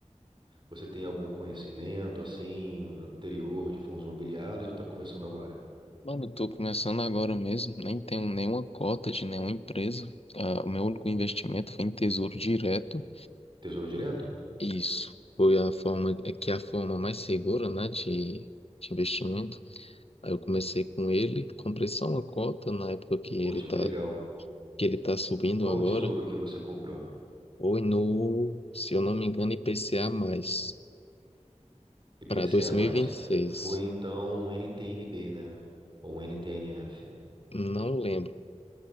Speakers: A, on the right; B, on the left.
A: Você tem algum conhecimento assim anterior de fundos imobiliários ou está começando agora?
B: Mano, eu tô começando agora mesmo, nem tenho nenhuma cota de nenhuma empresa. Ah, o meu único investimento foi em tesouro direto.
A: Tesouro Direto?
B: Isso foi a forma, é que é a forma mais segura, né, de, de investimento. Aí eu comecei com ele, comprei só uma cota na época que
A: Poxa,
B: ele tá,
A: que legal.
B: que ele tá subindo
A: Qual
B: agora.
A: o tesouro que você comprou?
B: Foi no, se eu não me engano, IPCA mais
A: IPCA+.
B: para 2026.
A: Foi então um NTN-B, né? Ou um NTN-F?
B: Não lembro.